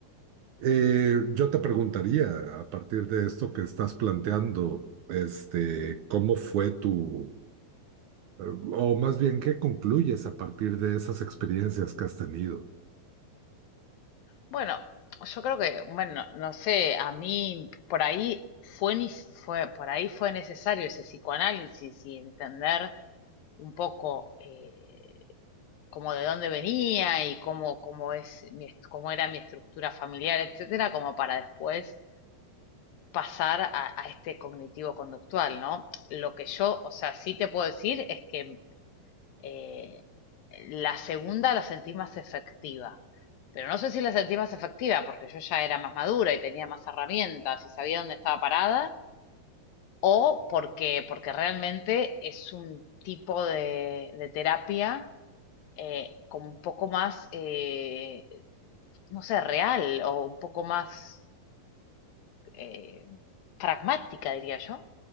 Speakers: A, on the right; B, on the left.
A: Eh,
B: mm.
A: yo te preguntaría, a partir de esto que estás planteando, este, ¿cómo fue tu, eh, o más bien, qué concluyes a partir de esas experiencias que has tenido?
B: Bueno, yo creo que, bueno, no sé, a mí por ahí fue, nis- fue, por ahí fue necesario ese psicoanálisis y entender un poco eh, como de dónde venía y cómo, cómo es mi est- cómo era mi estructura familiar, etcétera, como para después pasar a, a este cognitivo conductual, ¿no? Lo que yo, o sea, sí te puedo decir es que eh, la segunda la sentí más efectiva, pero no sé si la sentí más efectiva porque yo ya era más madura y tenía más herramientas y sabía dónde estaba parada, o porque, porque realmente es un tipo de, de terapia eh, como un poco más, eh, no sé, real o un poco más eh, pragmática, diría yo.